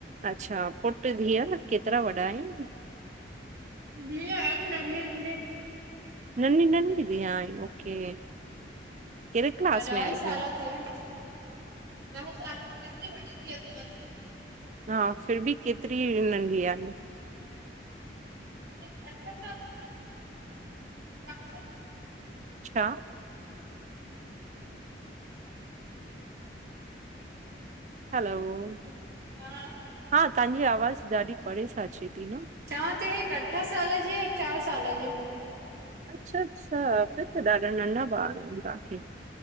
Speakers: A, on the right; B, on the right.
A: अच्छा पुट धीअ न, केतिरा वॾा आहिन
B: धीअ आहे नंढी नंढी
A: ननी ननी धीअ आऐ ओके कहिड़े क्लास
B: त ॾहई
A: में आहे?
B: सालु थिया अच, ॾह सालु में केतिरी वॾी थी अची वञदी।
A: हा फिर बि केतिरी नंढी आहिनि।
B: की अठं सालु थीया आहिनि, ज्यादा?
A: छा? हलोअ
B: ह हा
A: हा ताहांजी आवाज़ ॾाढी परे सां अचे ती न।
B: चवां ती हिकु अठ साल जी आ, हिकु चार साल जी।
A: अच्छा अच्छा फिर त ॾाडा नंढा ॿार आहिनि तहांखे।